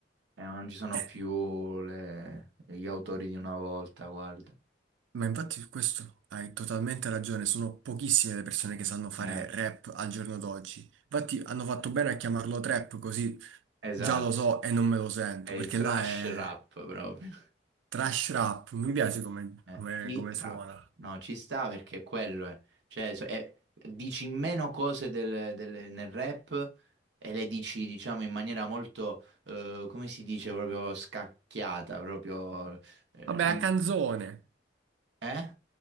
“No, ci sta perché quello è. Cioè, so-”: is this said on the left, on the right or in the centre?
Right